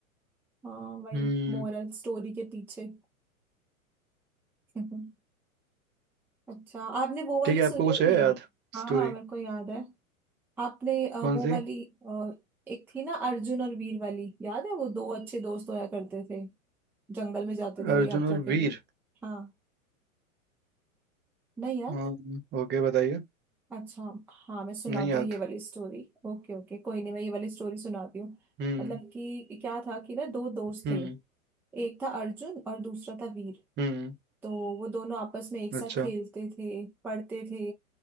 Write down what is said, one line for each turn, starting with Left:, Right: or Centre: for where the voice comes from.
Centre: हाँ वही
Right: हम्म
Centre: मोरल स्टोरी के पीछे <laughs> अच्छा आपने वो वाली
Right: ठीक है
Centre: सुनी
Right: आपको कुछ
Centre: हुई
Right: है
Centre: है
Right: याद
Centre: हाँ
Right: स्टोरी
Centre: हाँ मेरे को याद है आपने अ,
Right: कौन
Centre: वो
Right: सी
Centre: वाली अ, एक थी ना अर्जुन और वीर वाली याद है वो दो अच्छे दोस्त होया करते थे जंगल में जाते थे वो
Right: अर्जुन
Centre: यात्रा
Right: और
Centre: के
Right: वीर
Centre: लिए हाँ नहीं यार
Right: हम्म, ओके बताइए
Centre: अच्छा हाँ मैं सुनाती
Right: नहीं याद
Centre: हूँ ये वाली स्टोरी ओके ओके कोई नहीं मैं ये वाली स्टोरी सुनाती हूँ
Right: हम्म
Centre: मतलब कि क्या था कि ना दो दोस्त
Right: हम्म
Centre: थे एक था अर्जुन और दूसरा था वीर
Right: हम्म
Centre: तो वो दोनों आपस में एक साथ
Right: अच्छा
Centre: खेलते थे पढ़ते थे